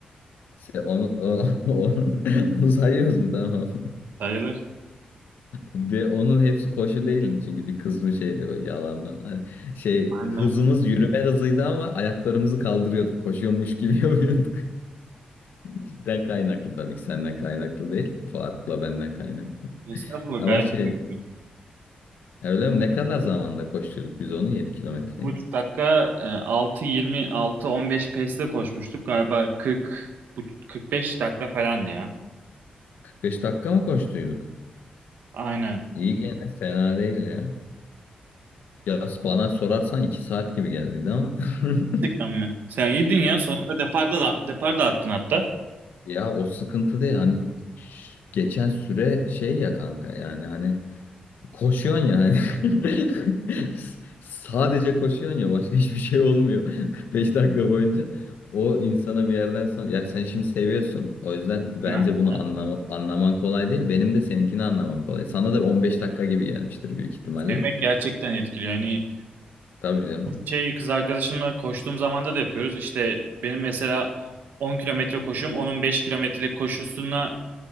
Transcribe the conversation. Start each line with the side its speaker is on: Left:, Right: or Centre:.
Left: şey, onu, o- <laughs> onu, onu sayıyoruz mu tamam.
Right: Sayılır.
Left: Ve onun hepsi koşu değildi çünkü bir kısmı şeydi böyle yalandan. Hani şey
Right: Benden.
Left: hızımız yürüme hızıydı ama ayaklarımızı kaldırıyorduk. Koşuyormuş gibi <laughs> yapıyorduk. Bizden kaynaklı tabii ki senden kaynaklı değil. Fuat'la benden kaynaklı.
Right: Estağfurullah
Left: Ama
Right: gayet.
Left: şey
Right: iyi.
Left: Öyle mi? Ne kadar zamanda koşturduk biz onu 7 kilometreyi?
Right: Bir buçuk dakika e, altı yirmi altı on beş pace'le koşmuştuk. Galiba 40 bu- beş dakika falandı ya.
Left: kırk beş dakika mı koştuyduk?
Right: Aynen.
Left: İyi gene fena değil ya. Ya bana sorarsan 2 saat gibi geldiydi ama. <laughs>
Right: Gerçekten mi? Sen iyiydin ya. Sonunda deparda da, depar da attın hatta.
Left: Ya o sıkıntı değil hani ş- geçen süre şey ya kanka yani hani Koşuyorsun yani. <laughs> Sadece koşuyorsun ya başka hiçbir şey olmuyor <laughs> 45 dakika boyunca. O insana bir yerden sonra ya sen şimdi seviyorsun. O yüzden bence
Right: Ha,
Left: bunu anlama, anlaman kolay değil. Benim de seninkini anlamam kolay. Sana da 15 dakika gibi gelmiştir büyük ihtimalle.
Right: Sevmek gerçekten etkiliyor. Yani
Left: Tabii canım.
Right: şey kız arkadaşımla koştuğum zamanda da yapıyoruz. İşte benim mesela 10 kilometre koşum, onun 5 kilometrelik koşusuna